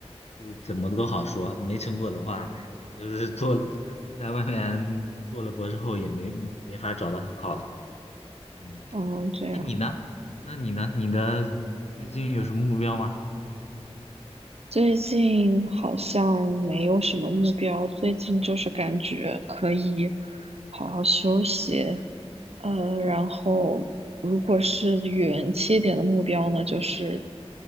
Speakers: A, on the left (about 75°); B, on the right (about 70°).
A: 就怎么都好说；没成果的话，你就是做，在外面做了博士后也没没法找到很好的。嗯，
B: 哦，这样。
A: 那你呢？那你呢？你的最近有什么目标吗？
B: 最近好像没有什么目标，最近就是感觉可以好好休息。呃，然后如果是远期一点的目标呢，就是